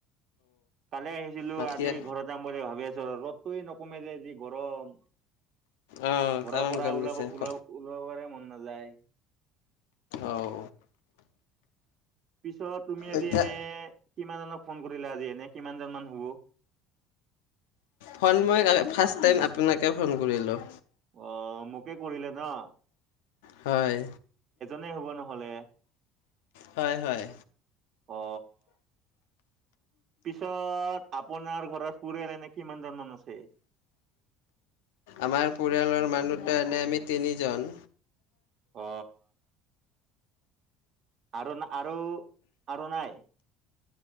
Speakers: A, on the right (about 50°); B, on the left (about 85°).
A: কালি আহি ছিলো
B: মাটিয়ে
A: আজি ঘৰত যাম বুলি ভাবি আছো আৰু ৰত কতে নকমে যে যি গৰম
B: অঁ
A: ঘৰৰ
B: তামাম
A: পৰা
B: কাম
A: ওলাব
B: দিছে
A: ওল
B: ক
A: ওলাবাৰে মন নাযা ওলাই
B: অও
A: পিছত তুমি আজি
B: এতিয়া
A: এনে কিমানজনক ফোন কৰিলা আজি এনে কিমানজন মান হ'ব
B: ফোন মই ফাৰ্ষ্ট টাইম আপোনাকে ফোন কৰিলোঁ
A: অ মোকে কৰিলে ন
B: হয়
A: নে হ'ব নহলে
B: হয় হয়
A: অ পিছত আপোনাৰ ঘৰত পৰিয়াল এনে কিমানজন মান আছে
B: আমাৰ পৰিয়ালৰ মানুহটো এনে আমি তিনিজন
A: অ আৰু ন আৰু আৰু নাই